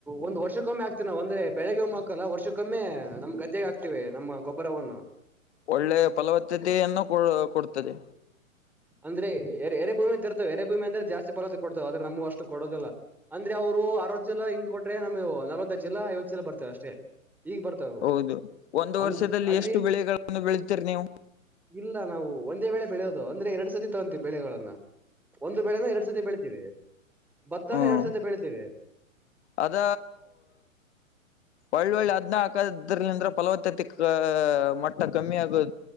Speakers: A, in the centre; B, on the left.
A: ಒಂದ ವರ್ಷಕ್ಕೊಮ್ಮೆ ಆಗ್ತವಿ ನಾವವು ಅಂದ್ರೆ ಬೆಳಗ್ ಒಮ್ಮ ಹಾಕಲ್ಲ ವರ್ಷಕ್ಕೊಮ್ಮೆ ನಮ್ ಗದ್ದೆೆಗೆ ಆಗ್ತಿೇವೆ. ನಮ್ಮ ಗೊಬ್ಬರ ಒವನ್ನು
B: ಒಳ್ಳೆ ಫಲವತ್ತತೆಯನ್ನು ಕೊ ಕೊಡ್ತದೆ
A: ಅಂದ್ರೆ ಎ ಎರೆ ಭೂಮಿಂತರ್ತವವೆ ಎರೆ ಭೂಮಿ ಅಂದ್ರೆ ಜಾಸ್ತಿ ಪಲತಿ ಕೊಡ್ತಾವ ಆದ್ರೆ ನಮಗ ಅಷ್ಟು ಕೊಡೋದಲ್ಲ ಅಂದ್ರೆ ಅವ್ರು ಅರವತ್ತು ಸಲ ಹಿಂಗ್ ಕೊಟ್ರೆ ನಮ್ ನಲವತ್ತೈತ್ತು ಸಲ ಐವತ್ತು ಸಲ ಬರ್ತವೆ ಅಷ್ಟೇ ಈಗ ಬರ್ತವೆ
B: ಹೌದು ಒಂದು
A: ಅಂದ್
B: ವರ್ಷದಲ್ಲಿ
A: ಅಲ್ಲಿ
B: ಎಷ್ಟು ಬೆಳೆಗಳನ್ನು ಬೆಳತೀರಿ ನೀವು
A: ಇಲ್ಲ ನಾವು ಒಂದೇ ವೇಳೆ ಬೆಳೆಯೋದು ಅಂದ್ರೆ ಎರಡ್ ಸತಿ ತೊಗೊಂತೀವಿ ಬೆಳೆಗಳನ್ನ ಒಂದು ಬೆಳೆನ ಎರಡ್ ಸತಿ ಬೆಳತಿವಿ ಭತ್ತಾನ
B: ಹ್ಮ್
A: ಎರಡ್ ಸತಿ ಬೆಳತಿವಿ
B: ಅದ ಒಳ್ಳ ಒಳ್ಳ ಅದ್ನ್ ಹಾಕದ ಇದರ್ಲಂದ್ರ ಫಲವತ್ತ ಅತ್ಯಿಕ ಮಟ್ಟ ಕಮ್ಮಿ ಆಗುದು